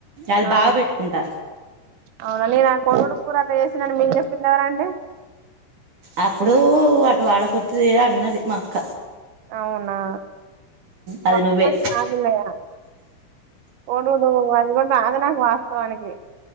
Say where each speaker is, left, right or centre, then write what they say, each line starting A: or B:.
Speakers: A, on the right; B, on the right.
A: అది
B: అవును
A: బాగా పెట్టుకుంటా
B: అవునా నేనా అ కోర్స్ కుడా చేసి మరి మీరేం తిన్నారండి
A: అప్పుడు అటు వాడకతేది అన్నది మా అక్క
B: అవునా
A: అది
B: వర్షం
A: నువ్వే
B: కాదులే కోడుడు అది కూడా రాద నాకు వాస్తవానికి